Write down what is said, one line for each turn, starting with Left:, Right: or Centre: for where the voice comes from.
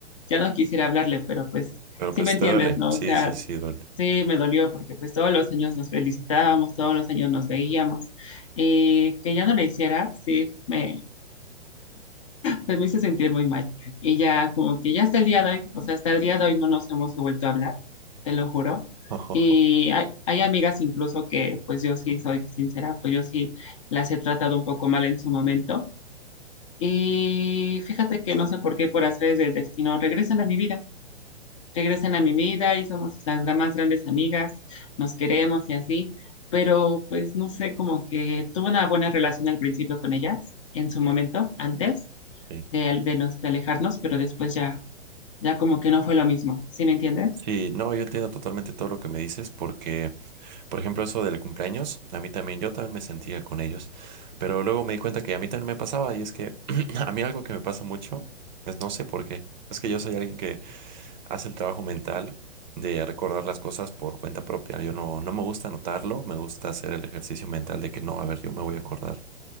Left: ya no quisiera hablarle, pero pues
Right: Pero
Left: sí
Right: pues
Left: me entiendes,
Right: te duele,
Left: ¿no?
Right: sí,
Left: O sea,
Right: sí, sí, duele.
Left: Sí, me dolió porque pues todos los años nos felicitábamos, todos los años nos veíamos y que ya no lo hiciera, sí, me, pues, me hizo sentir muy mal. Y ya como que ya hasta el día de hoy, o sea, hasta el día de hoy no nos hemos vuelto a hablar, te lo juro.
Right: <laughs>
Left: Y hay, hay amigas incluso que pues yo sí soy sincera, pues yo sí las he tratado un poco mal en su momento. Y fíjate que no sé por qué, por hacer del destino, regresan a mi vida regresan a mi vida y somos las gra- más grandes amigas, nos queremos y así, pero pues no sé, como que tuve una buena relación al principio con ellas, en su momento, antes
Right: Sí.
Left: de, al- de, los, de alejarnos, pero después ya, ya como que no fue lo mismo, ¿sí me entiendes?
Right: Sí, no, yo entiendo totalmente todo lo que me dices porque... Por ejemplo, eso del cumpleaños, a mí también, yo también me sentía con ellos, pero luego me di cuenta que a mí también me pasaba y es que <clears throat> a mí algo que me pasa mucho es no sé por qué, es que yo soy alguien que hace el trabajo mental de recordar las cosas por cuenta propia, yo no, no me gusta anotarlo, me gusta hacer el ejercicio mental de que no, a ver, yo me voy a acordar,